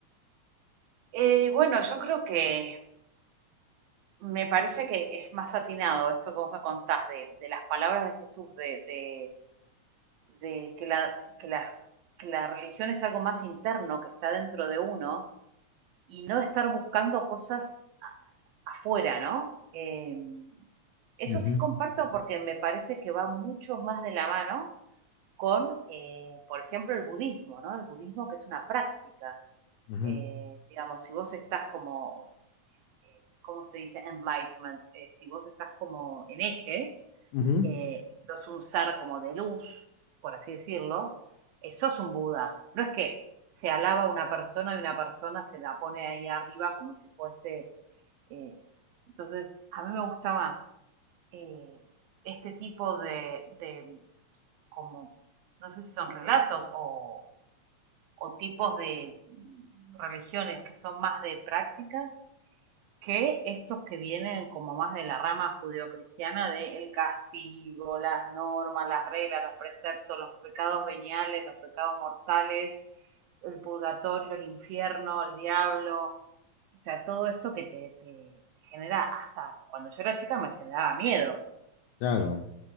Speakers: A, on the right; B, on the left.
A: Eh, bueno, yo creo que me parece que es más atinado esto que vos me contás de, de las palabras de Jesús, de, de, de que la, que la, que la religión es algo más interno que está dentro de uno y no estar buscando cosas afuera, ¿no? Eh, eso
B: Ujú,
A: sí comparto porque me parece que va mucho más de la mano con, eh, por ejemplo, el budismo, ¿no? El budismo que es una práctica.
B: ujú,
A: Eh, digamos, si vos estás como, eh, ¿cómo se dice? Enlightenment, Eh, si vos estás como en eje,
B: ujú,
A: eh, sos un ser como de luz, por así decirlo, eh, sos un Buda. No es que se alaba a una persona y una persona se la pone ahí arriba como si fuese eh, entonces, a mí me gusta más eh, este tipo de, de, como, no sé si son relatos o, o tipos de religiones que son más de prácticas que estos que vienen como más de la rama judeocristiana de el castigo, las normas, las reglas, los preceptos, los pecados veniales, los pecados mortales, el purgatorio, el infierno, el diablo, o sea, todo esto que te, te genera hasta cuando yo era chica me generaba miedo.
B: Claro.